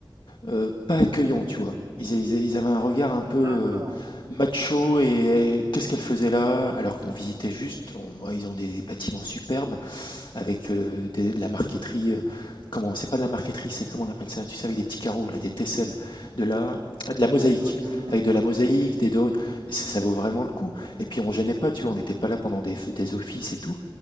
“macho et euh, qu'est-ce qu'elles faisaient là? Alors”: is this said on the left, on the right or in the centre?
Left